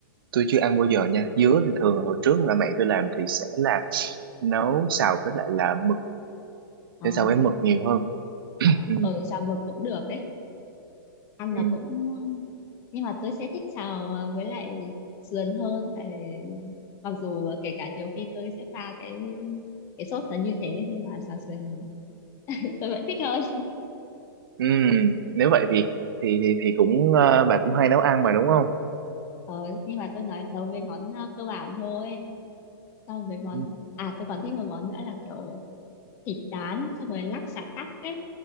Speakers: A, on the right; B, on the left.
A: tôi chưa ăn bao giờ nha dứa thì thường hồi trước là mẹ tôi làm thì sẽ là nấu xào với lại là mực
B: Ồ
A: thế sao với mực nhiều hơn
B: Ờ,
A: ừ.
B: ừ, xào mực cũng được ấy ăn
A: Ừ.
B: là cũng nhưng mà tôi sẽ thích xào à, với lại sườn hơn tại mặc dù ờ, kể cả nhiều khi tôi sẽ pha cái cái sốt nó như thế nhưng mà xào sườn <laughs> tôi vẫn thích hơn
A: Ừ. nếu vậy thì thì thì, thì cũng ờ, bà cũng hay nấu ăn mà đúng không
B: ờ, nhưng mà tôi nói nấu mấy món à, cơ bản thôi xong mấy món
A: Ừ.
B: à tôi còn thích một món nữa là kiểu thịt rán xong rồi lắc xả tắc ấy